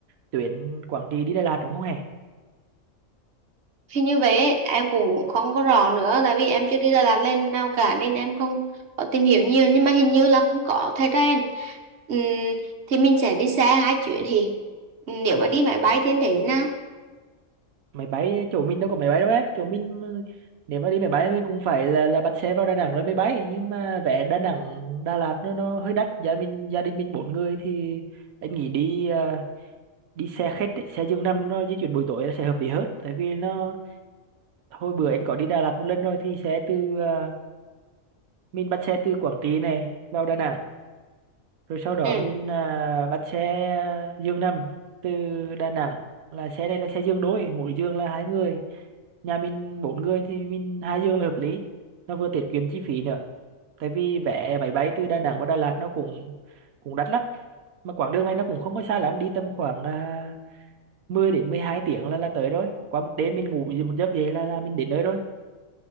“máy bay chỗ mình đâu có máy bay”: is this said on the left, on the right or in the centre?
Right